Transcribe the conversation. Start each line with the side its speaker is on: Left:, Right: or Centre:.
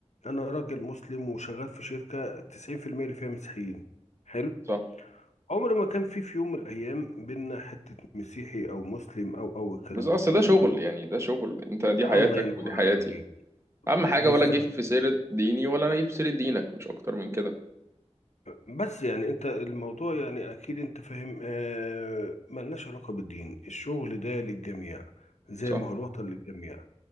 Left: انا راجل مسلم وشغال في شركه 90% اللي فيها مسيحيين حلو
Right: صح
Left: عمر ما كان في في يوم من الايام بينا حته مسيحي او مسلم او او الكلام
Right: بس اصل
Left: ده كله
Right: ده شغل
Left: الموضوع
Right: يعني ده شغل انت دي
Left: ده
Right: حياتك
Left: الله لا ينور
Right: ودي حياتي
Left: عليك
Right: اهم حاجه
Left: بالظبط
Right: ولا جيب في سيره ديني ولا انا جيب في سيره دينك مش اكتر من كده
Left: بس يعني انت الموضوع يعني اكيد انت فاهم آه ملناش علاقه بالدين الشغل ده للجميع زي
Right: صح
Left: ما هو الوطن للجميع